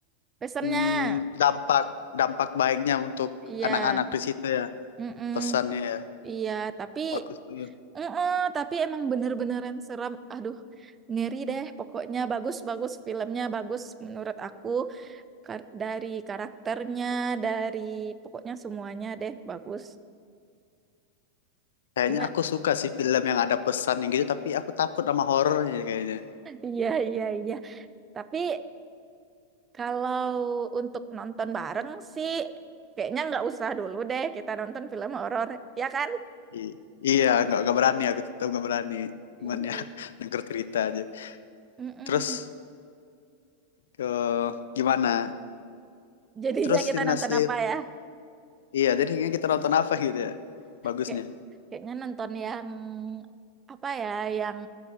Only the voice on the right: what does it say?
Pesannya,
iya.
mm
Iya, tapi
Heeh, tapi emang bener-beneran serem. Aduh, ngeri deh. Pokoknya bagus-bagus filmnya bagus menurut aku. Kar- dari karakternya, dari pokoknya semuanya deh bagus.
Gimana?
<laughs>
Iya, iya, iya. Tapi kalau untuk nonton bareng sih, kayaknya nggak usah dulu deh kita nonton film horor, ya kan?
Iya.
iya.
Mm-mm.
Jadinya
kita
nonton apa ya?
Kayak, kayaknya nonton yang apa ya, yang